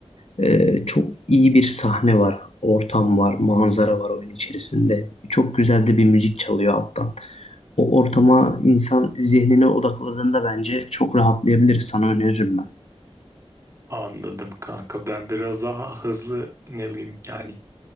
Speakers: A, on the left (about 70°); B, on the right (about 25°).
A: Ee, çok iyi bir sahne var, ortam var, manzara var oyun içerisinde. Çok güzel de bir müzik çalıyor alttan. O ortama insan zihnine odakladığında bence çok rahatlayabilir. Sana öneririm ben.
B: Anladım kanka. Ben biraz daha hızlı ne bileyim yani